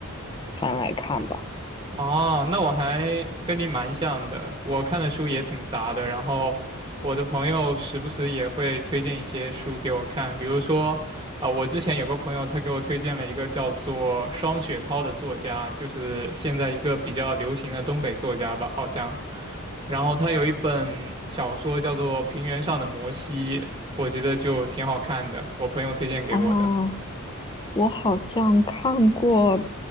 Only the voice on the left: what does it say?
翻来看吧。
哦，我好像看过